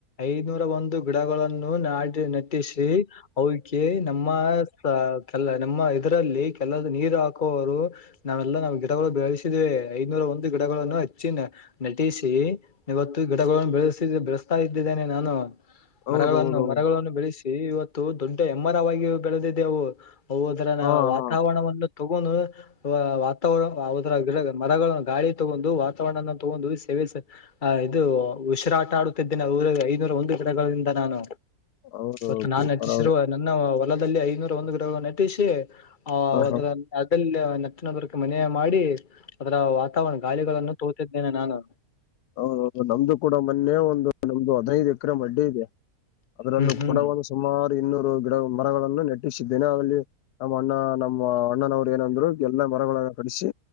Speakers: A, on the left; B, on the left.
A: ಐನೂರ ಒಂದು ಗಿಡಗಳನ್ನು ನಾಡಿ ನಟ್ಟಿಸಿ ಅವಿಗೆ ನಮ್ಮ ಕೆಲ್ಲ ನಮ್ಮ ಇದ್ರಲ್ಲಿ ಕೆಲದ ನೀರು ಹಾಕುವವರು ನಾವೆಲ್ಲಾ ನಾವವು ಗಿಡಗಳು ಬೆಳೆಸಿದಿವವಿ ಐದನೂರ ಒಂದು ಗಿಡಗಳನ್ನು ಹಚ್ಚಿಿನ ನಟೀಶಿ ಇವತ್ತು ಗಿಡಗಳನ್ನು ಬೆಳೆಸ ಬೆಳೆಸ್ತಾ ಇದ್ದಿದ್ದೇನೆ ನಾನು
B: ಹೌದು
A: ಮರಗಳನ್ನು
B: ಹೌದು
A: ಮರಗಳನ್ನು ಬೆಳೆಸಿ ಇವತ್ತು ದೊಡ್ಡ ಎಮ್ಮರವಾಗಿ ಬೆಳೆದಿದೆೆ ಅವು ಹವುದರ
B: ಹಾ
A: ವಾತಾವರಣವನ್ನು
B: ಹಾ
A: ತಗೊಂಡ ವಾತಾವರಣದರ ಗಿ ಮರ ಗಾಳಿ ತಗೊಂಡು ವಾತಾವರಣ ತಗೊಂದು ಸೇವೆ ಸ ಆ ಇದು ಉಷಿರಾಟ ಆಡುತ್ತಿದ್ದೇನೆ ಅವರು ಐನೂರ ಒಂದು ಗಿಡಗಳಿಂದ ನಾನು
B: ಹೌದು
A: ಇತ್ತು ನಾನ್ ಅತ್ತ
B: ಪರವಾಗಿಲ್ಲ.
A: ಶುರ್ರುವ ನನ್ನ ಹೊಲದಲ್ಲಿ ಐನೂರ ಒಂದು ಗ್ರಹ ನಟಿಸಿ ಆ
B: ಹಾ
A: ಅದ
B: ಹಾ
A: ಅಲ್ಲಿ ನತ್ತನದ್ರಕ ಮನೆ ಮಾಡಿ ಅದರ ವಾತಾವರಣ ಗಾಳಿಗಳನ್ನು ತೋತಿದ್ದೇನೆ ನಾನು
B: ಹ ನಮ್ದು ಕೂಡ ಮೊನ್ನೆ ಒಂದು ನಮ್ದು ಹದಿನೈದು ಎಕರೆ ಅಡ್ಡಿ ಇದೆ ಅದ್ರಲ್ಲೂ
A: ಹ್ಮ್ ಹ್ಮ್.
B: ಕೂಡ ಒ ಸುಮಾರು ಇನ್ನೂರು ಗಿಡ ಮರಗಳನ್ನು ನೆಟ್ಟಿಸಿದ್ದೇನೆ ಅಲ್ಲಿ ನಮ್ಮ್ ಅಣ್ಣ ನಮ್ಮ ಅಣ್ಣನವರು ಏನಂದ್ರು ಎಲ್ಲ ಮರಗಳನ್ನ ಕಡಿಸಿ